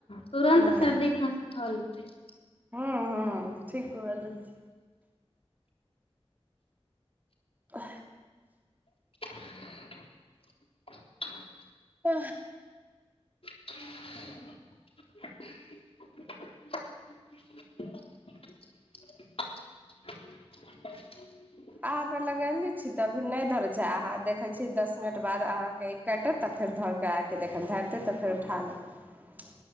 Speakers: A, on the left; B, on the right.
A: तुरन्त
B: हूँ
A: सर्दी खा कि भलतै
B: हँ हँ ठीक बै छी आ
A: <unintelligible>
B: आ
A: <inaudible> <inaudible>
B: अहाँपर लगयलने छी तऽ अभी नहि धरै छै अहाँ देखै छीियै दस मिनट बाद अहाँकेँ काटत तऽ फेर धर कऽ आबि कऽ देख धरतै तऽ फेर उठा लेत